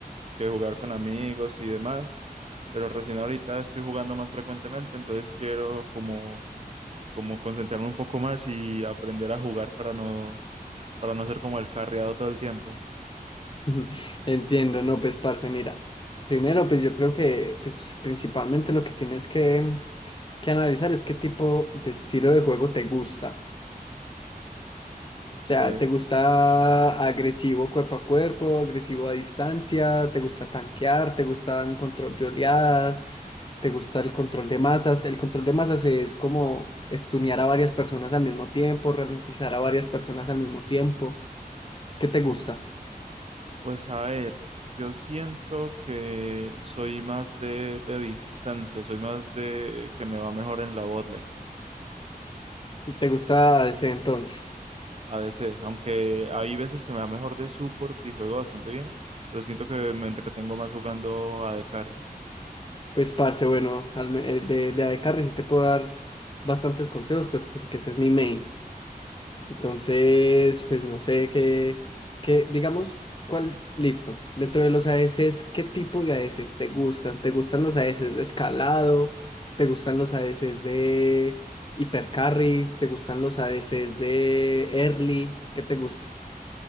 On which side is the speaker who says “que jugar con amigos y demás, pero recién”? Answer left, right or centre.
Right